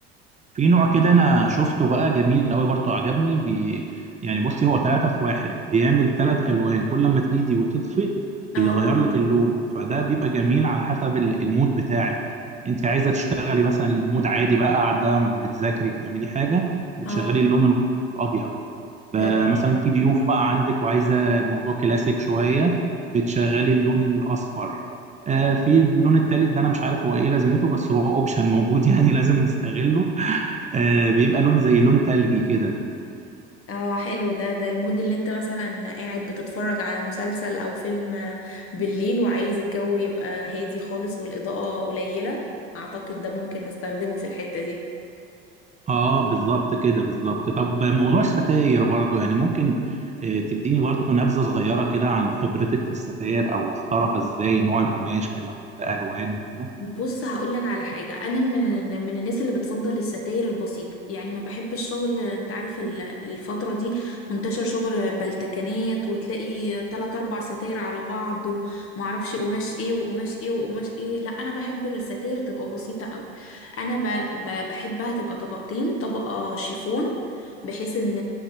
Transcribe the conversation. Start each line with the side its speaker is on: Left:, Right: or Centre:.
Right: في نوع كده انا شفته بقى جميل قوي برضه عجبني بي يعني بصي هو ثلاثة في واحد بيعمل ثلاث الوان كل ما تأيدي وتطفي
Left: اه
Right: بيغير لك اللون فده بيبقى جميل على حسب ال- المود بتاعك انت عايزة تشتغلي مثلا المود عادي بقى قاعدة بتذاكري بتعملي حاجة بتشغلي
Left: اه
Right: اللون الابيض ب-
Left: تمام
Right: مثلا في ضيوف بقى عندك وعايزة الموضوع كلاسيك شوية بتشغلي اللون الاصفر آه، في اللون التالت ده انا مش عارف هو ايه لازمته بس هو اوبشن موجود <laughs> يعني لازم نستغله آه بيبقى لون زي لون تلجي كده
Left: اه حلو ده ده المود اللي انت مثلا قاعد بتتفرج على مسلسل او فيلم آه، بالليل وعايز الجو يبقى هادي خالص والإضاءة قليلة اعتقد ده ممكن نستخدمه في الحتة دي
Right: اه بالظبط كده بالظبط طب موضوع الستاير برضو يعني ممكن آه تديني برضو نبذة صغيرة كده عن خبرتك في الستاير او اختارها ازاي نوع القماش كلام من ده الوان وكده
Left: بص هقول لك على حاجة أنا من من الناس اللي بتفضل الستاير البسيطة يعني ما بحب الشغل أنت عارف ال- الفترة دي منتشر شغل بلتكنات وتلاقي تلات أربع ستاير على بعض ومعرفش قماش إيه وقماش إيه وقماش إيه لا أنا بحب الستاير تبقى بسيطة أوي أنا ب... ب... بحبها تبقى طبقتين طبقة شيفون بحيث إن